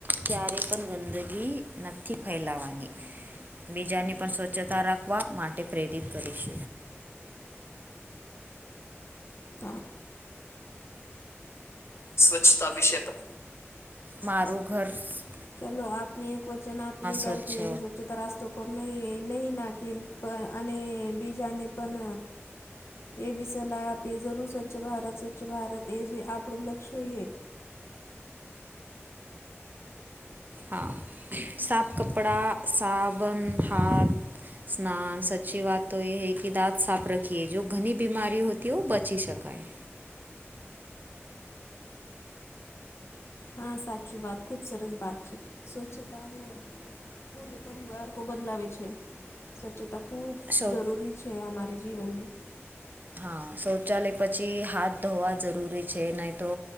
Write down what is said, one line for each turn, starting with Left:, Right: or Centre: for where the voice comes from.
Right: ક્યારે પણ ગંદકી નઈ ફેલાવાની. બીજાને પણ સ્વચ્છતા રાખવા માટે પ્રેરિત કરીશ.
Left: ચાર. સ્વચ્છતા વિષય પા
Right: મારું ઘર સ
Left: ચલો આપને એક વચન આપીએ કાર
Right: સ્વચ્છ
Left: કે સ્વચ્છતા રાસ્ તો પર નહીં નહીં નાખી પ અને બીજાને પન એવી સલાહ આપીએ જરૂર સ્વચ્છ ભારત સ્વચ્છ ભારત એ જ આપણું લક્ષ્ય હોઈએ.
Right: હા સાફ કપડાં, સાબન, હાથ સ્નાન સચી વાત તો એ હે કે દાંત સાફ રખીએ, જો ઘની બીમારી હોતી હો બચી શકાય.
Left: હા સાચું વાત ખૂબ સરસ વાત છે સ્વચ્છતાને પૂરે પરિવાર કો બદલાવે છે સ્વચ્છતા ખૂબ
Right: શૌ
Left: જરૂરી છે હમારે જીવન મેં.
Right: હા શૌચાલય પછી હાથ ધોવા જરૂરી છે નઈ તો